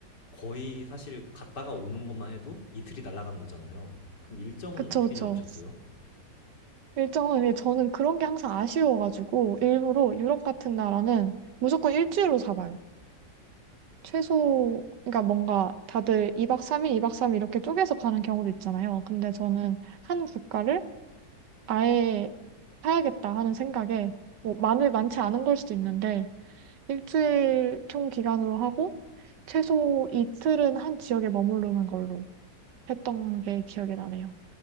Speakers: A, on the left; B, on the right.
A: 거의 사실 갔다가 오는 것만 해도 이틀이 날아가는 거잖아요. 그럼 일정은
B: 그쵸,
A: 어떻게
B: 그쵸.
A: 잡으셨어요?
B: 일정은 예, 저는 그런 게 항상 아쉬워가지고 일부러 유럽 같은 나라는 무조건 일주일로 잡아요. 최소, 그러니까 뭔가 다들 2박 3일, 2박 3일 이렇게 쪼개서 가는 경우도 있잖아요. 근데 저는 한 국가를 아예 사야겠다 하는 생각에, 뭐, 많을, 많지 않은 걸 수도 있는데, 일주일 총 기간으로 하고, 최소 이틀은 한 지역에 머무르는 걸로 했던 게 기억이 나네요.